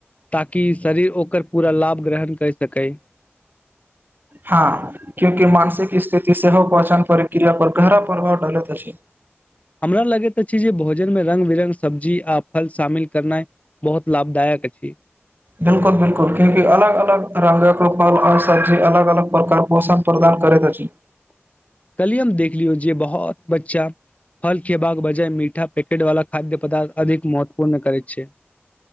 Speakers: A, on the left; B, on the right.
A: ताकि शरीर ओकर पूरा लाभ ग्रहण कै सकै
B: हँ क्यूकि मानसिक स्थिति सेहो पहचान परक्रिया पर गहरा प्रभाव डिलैत अछी
A: हमरा लगैत अछि जे भोजन मे रङंग बिरंग सब्जी आ फल शामिल करनाइ बहुत लाभदायक क छी
B: बिलकुल बिलकुल क्यंि अलग अलग रंग कृपालल आओ सब्जी अलग अलग प्रकार पोषण प्रदान करैत अछी
A: <inaudible> कलि हम देखलियौ जे बहुत बच्चा फल खेबाक बजाय मीठा पैकेट वाला खाद्य पदार्थ अधिक महत्वपूर्ण करै छै